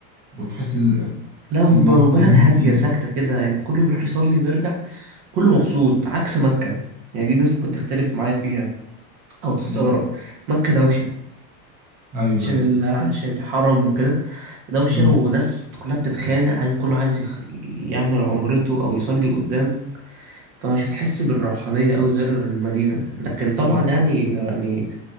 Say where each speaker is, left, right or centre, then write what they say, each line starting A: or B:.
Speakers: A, on the right (about 20°); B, on the right (about 45°).
A: وتحس ال-
B: لا وب-
A: الموضوع
B: وبلد
A: يعني
B: هادية
A: دي
B: ساكتة كده يعني كله بيروح يصلي ويرجع كله مبسوط عكس مكة يعني دي الناس ممكن تختلف معايا فيها أو تستغرب
A: آه،
B: مكة دوشة
A: ايوه
B: عشان
A: ايوه
B: ال... عشان الحرم وكده دوشة
A: مم.
B: وناس كلها بتتخانق عايز كله عايز يخ... يعمل عمرته أو يصلي قدام فمش هتحس بالروحانية أوي غير المدينة لكن طبعا
A: بالظبط
B: يعني يعني